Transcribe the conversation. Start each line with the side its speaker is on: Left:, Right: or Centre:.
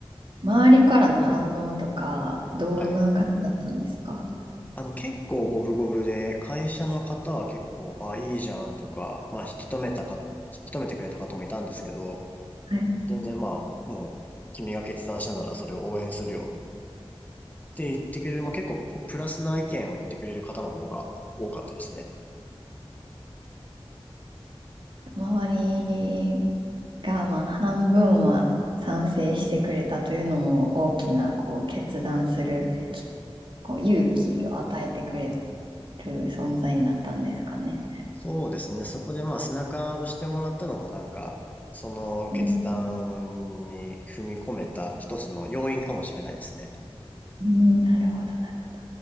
Right: 周りからの反応とか、どんな感じだったんですか
Left: はい。あの、結構五分五分で、会社の方は結構、あ、いいじゃんとか、まあ、引き止めたか、引き止めてくれた方もいたんですけど、
Right: はい。
Left: 全然まあ、もう、君が決断したならそれを応援するよって言ってくれる、まあ結構ポプラスな意見を言ってくれる方の方が多かったですね。
Right: 周りが、まあ、半分は賛成してくれたというのも大きな、こう、決断するき、こう、勇気を与えてくれる存在になったんですかね。
Left: そうですね。そこでまあ背中を押してもらったのもなんか、その決断に踏み込めた一つの要因かもしれないですね。
Right: うん、うん、なるほど、なるほど。